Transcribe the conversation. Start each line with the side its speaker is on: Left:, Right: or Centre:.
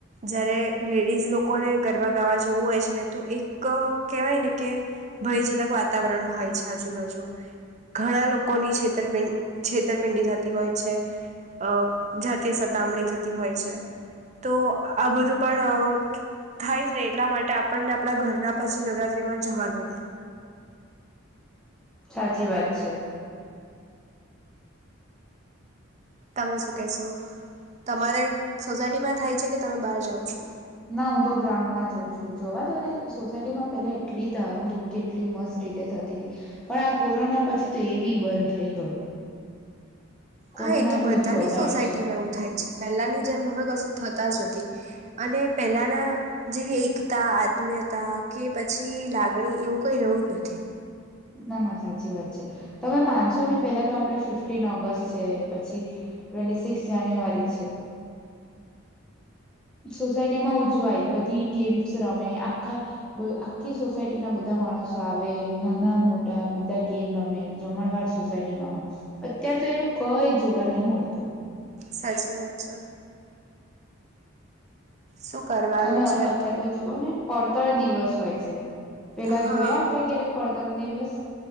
Right: જયારે લેડીઝ લોકો લોકોને ગરબા ગાવા જોવું હોય છે ને તો એક કેહેવાય ને કે ભયજનક વાતાવરણ હોય છે આજુબાજુ ઘણા લોકોની છેતરપિંડ છેતરપિંડી થતી હોય છે અ જાતીય સતામણી થતી હોય છે તો આ બધું પણ થાય ને એટલા માટે આપણને આપડા ઘરના પછી નવરાત્રીમાં જવા ન દે
Centre: સાચી વાત છે.
Right: તમે શું કેશો તમારે સોસાયટીમાં થાય છે કે તમે બહાર જાઓ છો.
Centre: ના હું તો ગ્રાઉન્ડમાં જાઉં છું જવા દો ને સોસાયટીમાં પેલા એટલી ધામધૂમથી એટલી મસ્ત રીતે થતી હતી પણ આ કોરોના પછી તો એ બી બંધ થઈ ગયું. કોરોના
Right: હા એ તો બધાની
Centre: બધું બગાડ્યું
Right: સોસાયટીમાં
Centre: છે
Right: એવું થાય છે પહેલાની જેમ હવે કશું થતા જ નથી. અને પહેલાના જેવી એકતા આત્મીયતા કે પછી લાગણી એવું કઈ રહયું જ નથી.
Centre: ના ના સાચી વાત છે તમે માનશો નહી પેલા તો આપણે ફિફ્ટીન ઓગસ્ટ છે પછી ટ્વેન્ટી સિક્સ જાન્યુઆરી છે સોસાયટીમાં ઉજવાય બધી ગેમ્સ રમે આખા બ આખી સોસાયટીના બધા માણસો આવે નાના મોટા બધા ગેમ રમે જમણવાર સોસાયટીમાં હોય અત્યારે તો એવું કઈ જોવા ની મળતું.
Right: સાચી વાત છે. શું કરવાનું
Centre: અને
Right: છે
Centre: અત્યારે તો જુઓ ને પડતર દિવસ હોય છે. પેલા
Right: હા
Centre: જોયા આપડે ક્યારે પડતા ઉત્તર દિવસ